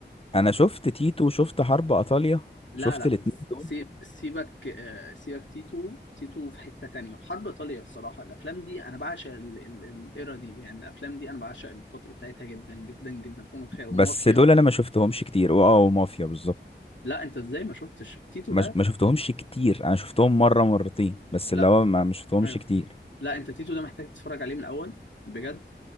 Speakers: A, on the left; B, on the left.
A: انا شفت تيتو وشفت حرب ايطاليا
B: لا
A: شفت
B: لا
A: الاتنين دول
B: سيب سيبك آه، سيبك تيتو تيتو في حتة تانية وحرب إيطاليا الصراحة الأفلام دي أنا بعشق ال- ال- الإيرا دي يعني الأفلام دي أنا بعشق الفترة بتاعتها جدا جدا جدا فوق ما تتخيل ومافيا
A: بس دول انا ما شفتهمش كتير واه ومافيا بالظبط
B: لا أنت إزاي ما شفتش تيتو
A: ما
B: ده
A: ش- ما شفتهمش كتير انا شفتهم مرة مرتين بس
B: لا
A: اللي هو ما ما شفتهمش
B: أيوه
A: كتير
B: لا أنت تيتو ده محتاج تتفرج عليه من الأول بجد